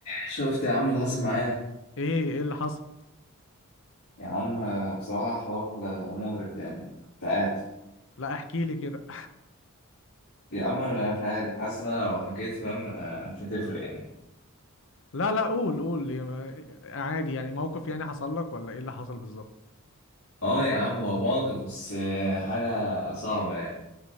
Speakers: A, on the left; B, on the left.
A: شفت يا عم اللي حصل معايا
B: ايه ايه اللي حصل
A: يا عم آه، بصراحة حوار آه، مقرف يعني مش عارف
B: لا احكي لي كده
A: يا عم انا مش عارف حاسس ان انا لو حكيت فاهم آه، مش هتفرق يعني
B: لا لا قول قول لي ما- عادي يعني موقف يعني حصل لك ولا ايه اللي حصل بالظبط
A: اه يا عم هو موقف بس آه، حاجة صعبة يعني